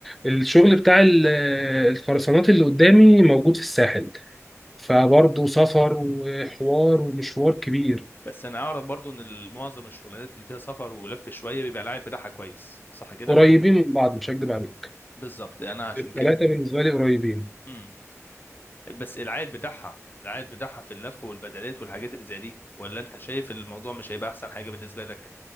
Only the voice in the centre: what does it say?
الشغل بتاع ال- الخرسانات اللي قدامي موجود في الساحل فبرضه سفر وحوار ومشوار كبير
قريبين من بعض مش هكدب عليك
الثلاثة
بالنسبة لي قريبين